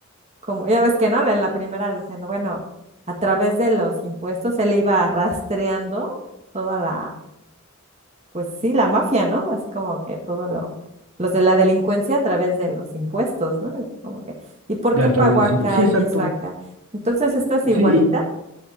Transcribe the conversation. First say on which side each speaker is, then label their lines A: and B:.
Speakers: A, on the right; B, on the right.
A: como ya ves que no, en la primera dicen, bueno, a través de los impuestos él iba rastreando toda la, pues sí, la mafia, ¿no? Así como que todo lo, los de la delincuencia a través de los impuestos, ¿no? Es como que, ¿y por
B: De
A: qué
B: a
A: pagó
B: través de los
A: acá
B: impuestos. Sí, exacto.
A: y quiso acá? Entonces esta es igualita,
B: Sí, y,